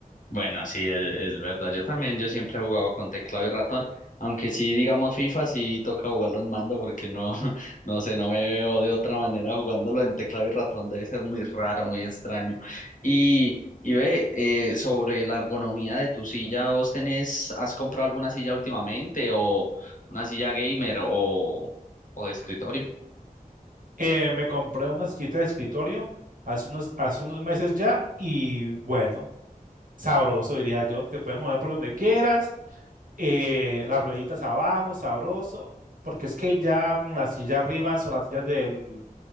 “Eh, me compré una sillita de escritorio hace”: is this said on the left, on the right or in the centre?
Right